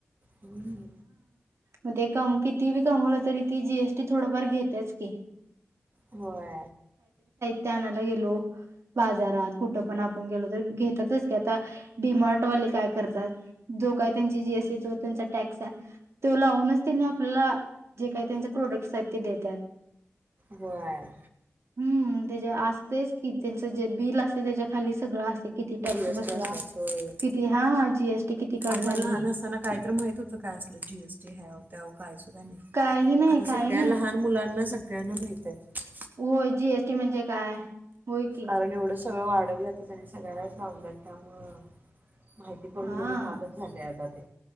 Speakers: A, on the right; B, on the right.
A: हम
B: म तेकाम किती बी कमवलं, तरी ती जीएसटी थोडंफार घेतेच की,
A: होय
B: आणयला गेलो बाजारात कुठ पण आपण गेलो, तर घेतातच की, आता डी मार्टवाले काय करतात, जो का त्यांच्या जिएसटी होतो त्यांचा टॅक्स ते लावूनचं त्यांनी आपल्याला जे काही त्यांचे प्रॉडक्स आहेत ते देतात.
A: हो आहे.
B: हूं.. त्याच्या वर ते असतेच कि त्यांचं जे बिल असते, त्याच्या खाली सगळं असत. किती
A: जीएसटी
B: टॅक्स बसला
A: असाच होय
B: किती हा. जीएसटी किती कट
A: आपण
B: झाली,
A: लहान असताना काय तर माहित होतं जीएसटी हॅव ठेऊ <unintelligible>
B: काही नाही
A: आता
B: काही
A: सगळ्या
B: नाही
A: लहान मुलांना सग <unintelligible>
B: हो जीएसटी म्हणजे काय? होय की
A: कारण एवढं सगळं वाढवलंत आणि सगळ्यांनाच लावलं त्यामुळ, माहिती बघून
B: हा
A: भागच झालेय आता ते